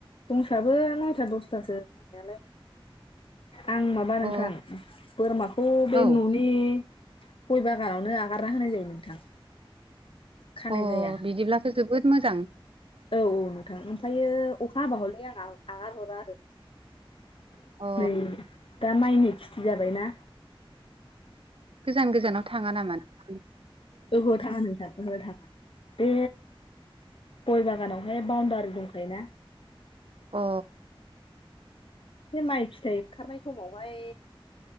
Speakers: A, on the left (about 65°); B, on the right (about 70°).
A: दंसाबो न'यथा द'सथासो दंनायालाय, आं माबा
B: अ
A: नोंथां बोरमाखौ बे
B: औ
A: न'नि, ग'य बागानावनो आगारना होनाय जायो, नोंथां खानाय
B: अ
A: जाया
B: बिदिब्लाथ' जोबोद मोजां,
A: औ औ नोंथां ओमफायो अखा हाबा ह'ले आं आगार हरा आरो नोंथां,
B: अ
A: नै दा माइनि खेथि जाबायना,
B: गोजान गोजानाव थांङा नामा नोंथां?
A: लोगोहोआव थांङा नोंथां ओहो थांङा बे गय बागानावहाय बावनडारि दंखायोना।
B: अ
A: बे माइ फिथाइ ओंखारनाय समावहाय